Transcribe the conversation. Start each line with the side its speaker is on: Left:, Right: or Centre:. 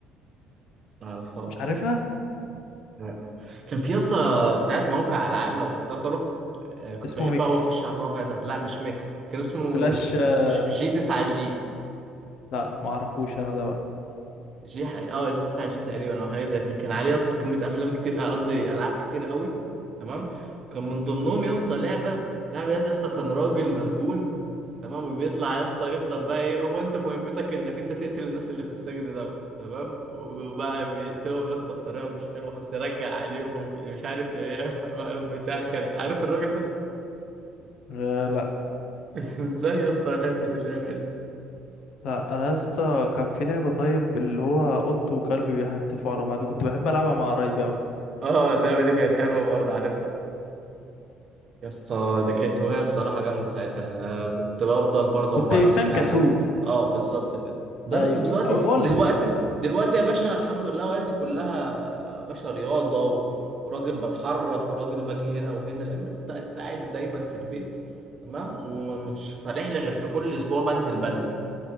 Right: ما اعرفهاش
Left: مش عارفها
Right: لا. كان في يا اسطى بتاعت موقع العاب لو تفتكروا آه، كنت
Left: اسمه
Right: بحب
Left: ميكس
Right: قوي اخش على الموقع ده لا مش ميكس كان اسمه
Left: فلاش آه
Right: جي 9 جي
Left: لا معرفوش انا ده بقى
Right: جي ح- اه جي 9 جي تقريبا او حاجه زي كده كان عليه يا اسطى كميه افلام كتير آه، قصدي العاب كتير قوي تمام كان من ضمنهم يا اسطى لعبه اللعبه ديت يا اسطى كان راجل مسجون تمام وبيطلع يا اسطى يفضل بقى ايه هو انت مهمتك انك انت تقتل الناس اللي في السجن ده تمام وبقى بيقتلهم يا اسطى بطريقه مش حلوه خالص يرجع عليهم مش عارف إيه، يلحق بقى لهم بتاع كان عارف الراجل ده
Left: آه لا
Right: <laughs> ازاي يا اسطى ما لعبتش اللعبه دي
Left: لا انا يا اسطى كان في لعبه طيب اللي هو قط وكلب بيحدفوا على بعض كنت بحب العبها مع قرايبي قوي
Right: اه اللعبه دي كانت حلوه برضه عارفها يا اسطى دي كانت هواية بصراحة جامدة ساعتها يعني أنا كنت بفضل برضه
Left: كنت
Right: 24
Left: انسان كسول
Right: ساعة ده اه بالظبط كده ده
Left: ايوه
Right: بس دلوقتي
Left: او قولها
Right: دلوقتي دلوقتي يا باشا أنا الحمد لله وقتي كلها باشا رياضة و... وراجل بتحرك وراجل باجي هنا وهنا لأما أنت أنت قاعد دايما في البيت تمام ومش فالح لي غير في كل أسبوع بنزل بدل